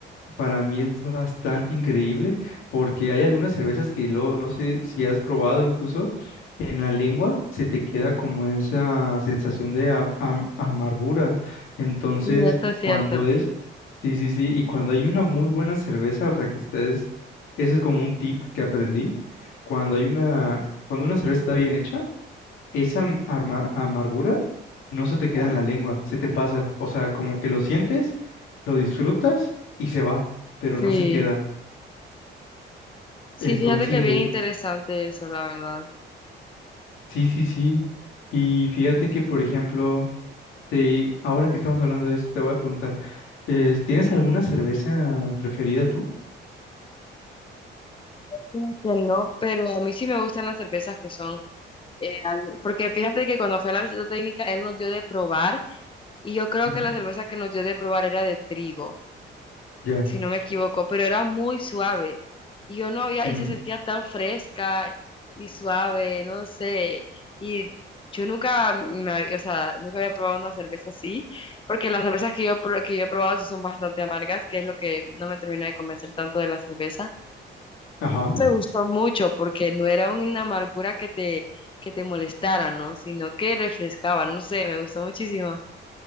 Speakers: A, on the left; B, on the left.
A: Para mí es bastante increíble porque hay algunas cervezas que luego no sé si has probado incluso en la lengua se te queda como esa sensación de a- am- amargura. Entonces,
B: eso es cierto.
A: cuando es, sí, sí, sí, y cuando hay una muy buena cerveza, o sea que ustedes, ese es como un tip que aprendí, cuando hay una, cuando una cerveza está bien hecha, esa am- arma- amargura no se te
B: ajá.
A: queda en la lengua, se te pasa. O sea, como que lo sientes, lo disfrutas y se va, pero
B: Sí.
A: no se queda.
B: Sí,
A: Entonces,
B: fíjate que bien
A: eh,
B: interesante eso, la verdad.
A: sí, sí, sí. Y fíjate que, por ejemplo, te, ahora que estamos hablando de esto, te voy a preguntar, eh, ¿tienes alguna cerveza preferida tú?
B: Creo que no, pero a mí sí me gustan las cervezas que son, eh, abi- porque fíjate que cuando fui a la visita técnica, él nos dio de probar y yo creo
A: Ujú,
B: que la cerveza que nos dio de probar era de trigo.
A: Ya.
B: si no me equivoco, pero era muy suave. Y yo no había,
A: ujú,
B: y se sentía tan fresca y suave, no sé. Y yo nunca me, hab- o sea, nunca había probado una cerveza así, porque las cervezas que yo, pro- que yo he probado sí son bastante amargas, que es lo que no me termina de convencer tanto de la cerveza.
A: Ajá.
B: Me gustó mucho porque no era una amargura que te, que te molestara, ¿no? Sino que refrescaba, no sé, me gustó muchísimo.